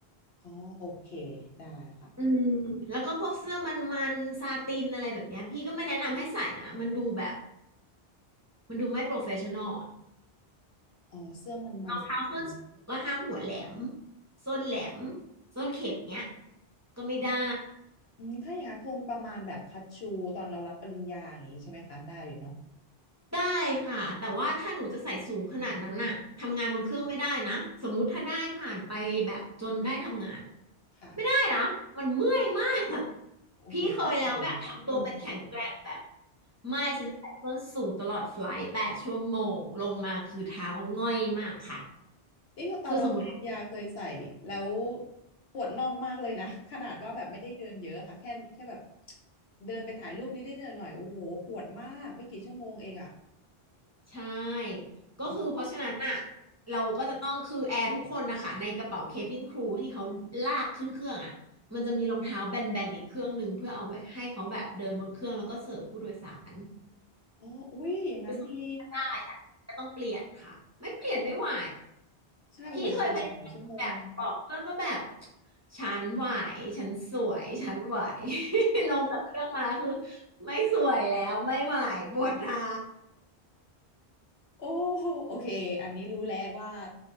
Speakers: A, on the left; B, on the right.
A: อ๋อโอเคได้ค่ะ
B: อืมแล้วก็พวกเสื้อมันๆซาตินอะไรแบบเนี้ยพี่ก็ไม่แนะนำให้ใส่นะมันดูแบบมันดูไม่โปรเฟชชั่นอล
A: อ๋อเสื้อมันมันสกเลย
B: เท้าส้นสูงก็ห้ามหัวแหลมส้นแหลมส้นเข็มเนี้ยก็ไม่ได้
A: อืมถ้าอย่างนั้นคงประมาณแบบคัตชูตอนเรารับปริญญาอย่างนี้ใช่ไหมคะได้อยู่เนาะ
B: ได้ค่ะแต่ว่าถ้าหนูจะใส่สูงขนาดนั้นน่ะทำงานบนเครื่องไม่ได้นะสมมุติถ้าได้ผ่านไปแบบจนได้ทำงาน
A: ค่ะ
B: ไม่ได้นะมันเมื่อยมาก
A: โอ้โหก็ใส่
B: พี่เคยแล้วแบบทำตัวเป็นแข็งแกร่งแบบ
A: อืม
B: ไม่ฉันจะใส่ส้นสูงตลอดไฟลท์แปดชั่วโมงลงมาคือเท้าง่อยมากค่ะ
A: นี่คือตอนรับปริญญาเคยใส่แล้ว
B: คือสมมติ
A: ปวดน่องมากเลยนะ <laughs> ขนาดว่าแบบไม่ได้เดินเยอะค่ะแค่แค่แบบเดินไปถ่ายรูปนี้ได้เดินหน่อยโอ้โหปวดมากไม่กี่ชั่วโมงเองอ่ะ
B: ใช่ก็คือเพราะฉะนั้นอ่ะ
A: อม
B: เราก็จะต้องคือแอร์ทุกคนนะคะในกระเป๋าเคบินครูที่เขาลากขึ้นเครื่องอ่ะมันจะมีรองเท้าแบนๆอีกเครื่องหนึ่งเพื่อเอาไว้ให้เขาแบบเดินบนเครื่องแล้วก็เสิร์ฟผู้โดยสาร
A: อ๋ออุ้ยอย่างนั้นดี
B: คือสมมติว่าได้อะจะต้องเปลี่ยนค่ะไม่เปลี่ยนไม่ไหว
A: ใช่โอ้โหใส่หลายชั่วโมง
B: พี่เคยพยายามแบบบอกเพื่อนว่าแบบฉันไหวฉันสวยฉันไหว <laughs> ลงจากเครื่องมาคือไม่สวยแล้วไม่ไหวปวดเท้า
A: โอ้โหโอเคอันนี้รู้แล้วว่า